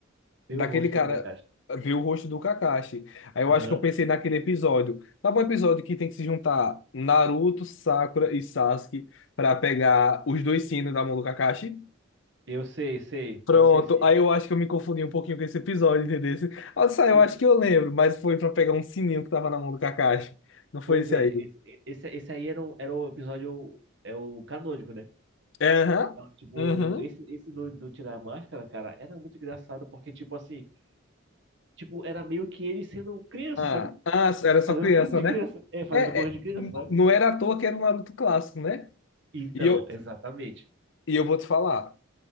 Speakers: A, on the right (about 60°); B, on the left (about 65°).
A: Ver
B: daquele
A: o rosto
B: cara,
A: do Kakashi.
B: ver o rosto do Kakashi. Aí eu
A: Aham.
B: acho que eu pensei naquele episódio. Sabe um episódio que tem que se juntar Naruto, Sakura e Sasuke para pegar os dois sinos da mão do Kakashi?
A: Eu sei, sei.
B: Pronto,
A: Eu sei sim.
B: aí eu acho que eu me confundi um pouquinho com esse episódio, entendeu? Ah, Sai, eu
A: E,
B: acho que eu lembro, mas foi pra pegar um sininho que tava na mão do Kakashi. Não foi
A: pois
B: esse
A: é,
B: aí?
A: esse, esse, esse aí era o, era o episódio, é o canônico, né?
B: É, Aham.
A: Não, Tipo,
B: Uhum.
A: esse, esse do, do Tirar a Máscara, cara, era muito engraçado, porque, tipo assim, tipo, era meio que ele sendo criança,
B: Ah,
A: sabe?
B: ah, era só
A: Fazendo
B: criança,
A: coisa de
B: né?
A: criança. É, fazendo
B: É,
A: coisa
B: é,
A: de criança,
B: n-
A: sabe?
B: não era à toa que era um Naruto clássico, né?
A: Então,
B: E eu,
A: exatamente.
B: e eu vou te falar,